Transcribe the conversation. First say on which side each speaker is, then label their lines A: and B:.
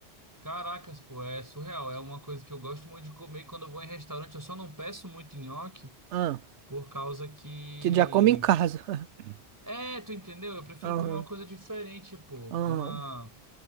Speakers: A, on the right; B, on the right.
A: Caracas, pô, é surreal. É uma coisa que eu gosto muito de comer. E quando eu vou em restaurante, eu só não peço muito nhoque
B: Ah,
A: por causa que.
B: que já come em casa. <laughs>
A: É, tu entendeu? Eu prefiro
B: Aham,
A: comer uma coisa diferente, pô.
B: aham.
A: Uma.